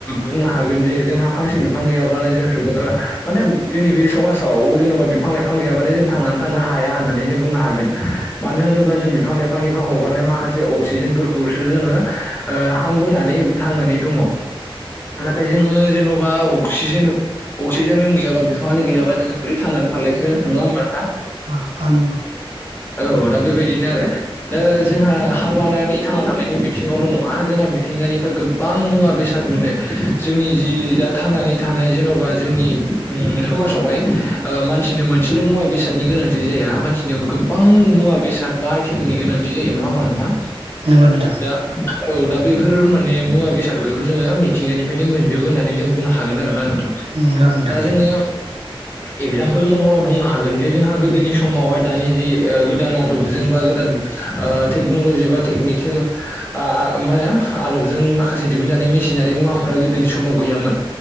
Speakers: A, on the left (about 25°); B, on the right (about 75°).
A: बुंनो हागोन जे जोंहा फांसे बिफां गैयाब्लानो जों सुबुं ओ माने जोंनि बे समाजाव जेन'बा बिफां लाइफां गैयाबानो जों थांनानै थानो हाया होननानै जों बुंनो हागोन। मानो होनोब्ला जों बिफां लाइफांनिफ्राय हगारनाय माखासे अक्सिजेनफोरखौसो जोङो ओ हां बोनानै थांनानै दङ'। नाथाय जोङो जेन'बा अक्सिजेन अक्सिजेनानो गैयाबा बिफाङानो गैयाबा जोङो बोरै थांनानै थालायखो नङा होमबा दा।
B: औ <unintelligible>
A: औ दा बेबायदिनो आरो दा जोंहा हां लानानै थांना थानायनि बिथिङावल' नङा जोंहा मिथिंगानिफ्राय गोबां मुवा बेसाद मोनो जोंनि जि दा थांनानै थानाय जेन'बा जोंनि ओ समाजावहाय ओ मानसिनो मोनसेल' मुवा बेसादनि गोनांथि जाया मानसिनो गो बां मुवा बेसाद बा आइटेमनि गोनांथि जायो नङा होमबा नोंथां।
B: नंगौ नोंथां।
A: दा औ दा बेफोर माने मुवा बेसादफोरखौ जोङो मिथिंगानिफ्रायनो मोनजोबो होननानै जों बुंनो हागोन आरो ना नों
B: नंगौ नोंथां
A: दा जोङो एगजामपोल महराव बुंनो हागोन जे जोंहा गोदोनि समावहाय दानि जि ओ गोदान आदबजों बा गोदान ओ टेक्न'ल'जि बा टेकनिकेल आ मा होनो आदबजों माखासे दिहुनजानाय मेसिनारि मुवाफ्रा गोदोनि समाव गैयामोन।